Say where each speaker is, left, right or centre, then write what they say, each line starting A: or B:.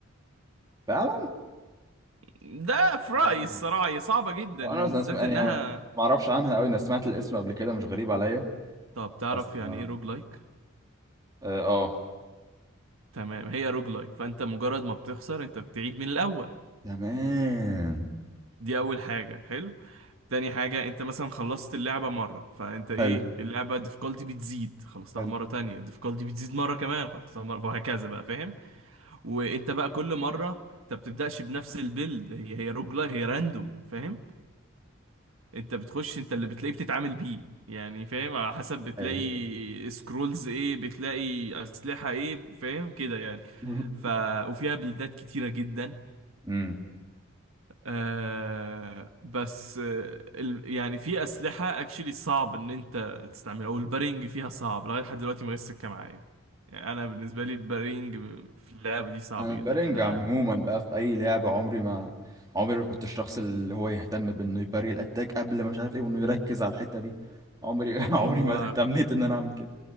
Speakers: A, on the right; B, on the right.
A: فعلا
B: ده في رأيي
A: مم.
B: الصراحة هي صعبة جدا
A: انا
B: بالذات
A: أصلاً اسم... يعني
B: انها
A: ما اعرفش عنها قوي انا سمعت الاسم قبل كده مش غريب عليا
B: طب تعرف
A: بس
B: يعني
A: ما
B: ايه روج لايك
A: اه آه.
B: تمام هي روج لايك فانت مجرد ما بتخسر انت بتعيد من الاول
A: تمام
B: دي اول حاجة حلو تاني حاجة انت مثلا خلصت اللعبة مرة فانت ايه
A: حلو
B: اللعبة difficulty بتزيد خلصتها
A: حلو
B: مرة تانية difficulty بتزيد مرة كمان خلصتها مرة وهكذا بقى فاهم وانت بقى كل مرة انت بتبدأش بنفس البيلد هي هي روج لايك هي راندوم فاهم انت بتخش انت اللي بتلاقيه بتتعامل بيه يعني فاهم على حسب بتلاقي
A: ايه
B: سكرولز ايه بتلاقي اسلحة ايه فاهم كده يعني
A: <laughs>
B: ف وفيها بلدات كتيرة جدا
A: امم
B: آه بس آه ال... يعني في اسلحة اكشلي صعب ان انت تستعملها او البارينج فيها صعب لغاية لحد دلوقتي ما جاتش سكة معايا يعني انا بالنسبة لي البارينج في اللعبة دي صعب
A: انا البارينج
B: جدا يعني
A: عموما
B: انا
A: بقى في اي لعبه عمري ما عمري ما كنت الشخص اللي هو يهتم بانه يباري الاتاك قبل ما مش عارف ايه وانه يركز على الحته دي عمري <laughs> عمري
B: هو
A: ما اهتميت ان انا اعمل كده